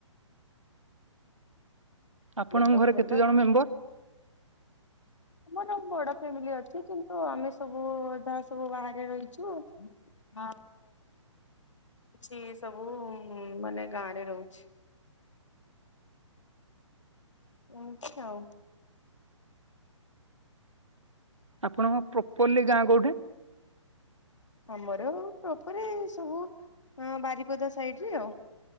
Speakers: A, on the right; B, on the left.
A: ଆପଣଙ୍କ
B: ହେଲେ ତ
A: ଘରେ
B: ଭଲ।
A: କେତେ ଜଣ ମେମ୍ବର?
B: ଆମର ବଡ ଫ୍ୟାମିଲି ଅଛି କିନ୍ତୁ ଆମେ ସବୁ ଅ ଯା ସବୁ ବାହାରେ ରହିଛୁ। ହଁ ସିଏ ସବୁ ମାନେ ଗାଁରେ ରହୁଛି। ଏମିତି ଆଉ।
A: ଆପଣଙ୍କ ପ୍ରପରଲି ଗାଁ କୋଉଠି?
B: ଆମର ପ୍ରପର ଏ ସବୁ ବାରିପଦା ସାଇଡ ରେ ଆଉ।